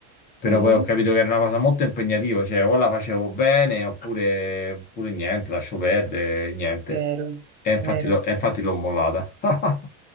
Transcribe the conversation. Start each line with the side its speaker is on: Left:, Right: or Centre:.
Left: però
Right: Mhm,
Left: poi ho capito che era una cosa molto impegnativa, cioè o la facevo bene oppure, oppure niente, lascio perdere, niente.
Right: Vero,
Left: E infatti
Right: vero.
Left: l'ho e infatti l'ho mollata. <laughs>